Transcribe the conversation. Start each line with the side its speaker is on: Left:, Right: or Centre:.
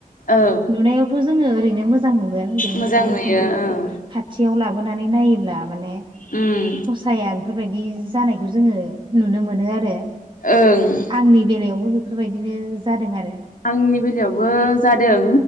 Left: औ
Right: लुनायावथ' जोङो ओरैनो मोजां। मोजां नुगोन बेनिफ्राय
Left: मोजां नुयो
Right: खिन्थु
Left: ओं
Right: खाथियाव लाबोनानै नायोब्ला माने
Left: उम।
Right: साया बेफोरबायदि जानायखौ जोङो नुनो मोनो आरो।
Left: ओं।
Right: आंनि बेलायावबो बेफोर बादिनो जादों आरो।
Left: आंनि बेलायावबो जादों।